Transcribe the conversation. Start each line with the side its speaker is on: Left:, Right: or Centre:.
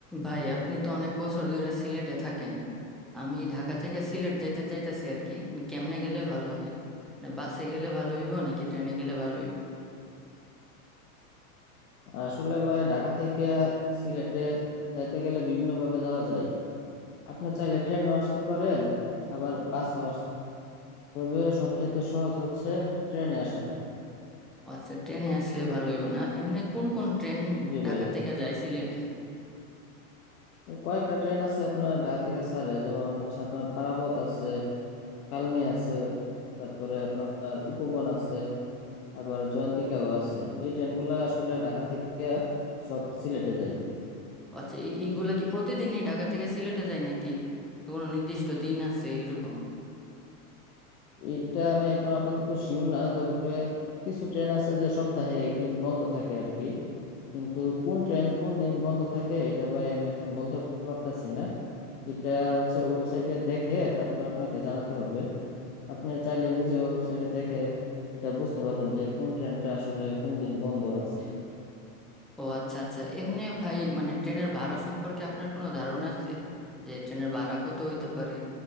Centre: ভাই আপনি তো অনেক বছর ধরে সিলেটে থাকেন আমি ঢাকা থেকে সিলেট যাইতে চাইতেছি আর কি কেমনে গেলে ভালো হয় না বাসে গেলে ভালো হইব নাকি ট্রেনে গেলে ভালো হইব
Left: আসলে ভাই ঢাকা থেকে সিলেটে যাইতে গেলে বিভিন্ন ভাবে যাওয়া যায় আপনি চাইলে ট্রেনেও আসতে পারেন আবার বাসেও আসতে তবে সবচাইতে সহজ হচ্ছে ট্রেনে আসাটা
Centre: ও আচ্ছা ট্রেনে আসলে ভালো হইব না এমনি কোন কোন ট্রেন
Left: জি
Centre: ঢাকা
Left: ভাই
Centre: থেকে যায় সিলেটে
Left: তো কয়েকটা ট্রেন আছে আপনার ঢাকা থেকে ছাড়ে যেমন হচ্ছে আপনার পারাবত আছে কালনি আছে তারপরে আপনার উপবন আছে আবার জয়ন্তিকাও আছে এই ট্রেনগুলো আসলে ঢাকা থেকে সব সিলেটে যায়
Centre: ও আচ্ছা এই- এইগুলা কি প্রতিদিনই ঢাকা থেকে সিলেটে যায় নাকি কোনো নির্দিষ্ট দিন আছে এরকম
Left: এটা আমি এখন আপাতত শিওর না তবে কিছু ট্রেন আছে যে সপ্তাহে একদিন বন্ধ থাকে আর কি কিন্তু কোন ট্রেন কোন দিন বন্ধ থাকে এটা ভাই আমি এখন বলতে পারতাছি না এটা হচ্ছে ওয়েবসাইটে দেখে তারপর আপনাকে জানাতে হবে আপনি চাইলে নিজে ওয়েবসাইটে দেখে এটা বুঝতে পারবেন যে কোন ট্রেনটা আসলে কোন দিন বন্ধ আছে
Centre: ও আচ্ছা আচ্ছা এমনি ভাই মানে ট্রেনের ভাড়া সম্পর্কে আপনার কোনো ধারণা আছে যে ট্রেনের ভাড়া কত হইতে পারে